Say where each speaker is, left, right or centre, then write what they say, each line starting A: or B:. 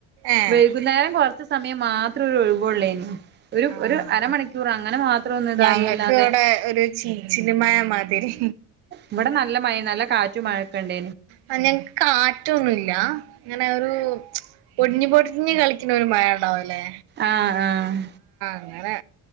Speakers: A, on the right; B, on the right.
A: ഏഹ്
B: വൈകുന്നേരം കൊറച്ച് സമയം മാത്രം ഒരു ഒഴിവേള്ളേന് ഒരു
A: ആഹ്
B: ഒരു അരമണിക്കൂർ അങ്ങനെ മാത്രം ഒന്നു ഇതായില്ലാതെ
A: ഞങ്ങൾക്ക് ഇവിടെ ഒരു ചീച്ചിലുമഴ മാതിരി
B: ഇവിടെ നല്ല മഴ നല്ല കാറ്റും മഴൊക്കെ ഉണ്ട്
A: ആ ഞങ്ങക്ക് കാറ്റൊന്നുല്ല ഇങ്ങനെ ഒരു പൊടിഞ്ഞ് പൊടിഞ്ഞ് കളിക്കണ ഒരു മഴ ഉണ്ടാവില്ലേ
B: ആഹ് ആഹ്
A: അങ്ങനെ